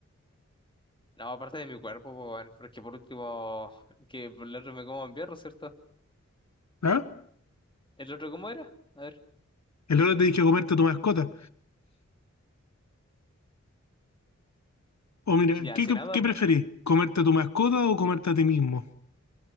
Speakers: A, on the left; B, on the left.
A: No, aparte de mi cuerpo, pues, weón, porque por último, que por el otro me como en perro, ¿cierto?
B: ¿Ah?
A: ¿El otro cómo era? A ver,
B: El otro te dije comerte a tu mascota. O mira,
A: ya,
B: ¿qué,
A: si nada,
B: qué preferís? ¿Comerte a tu mascota o comerte a ti mismo?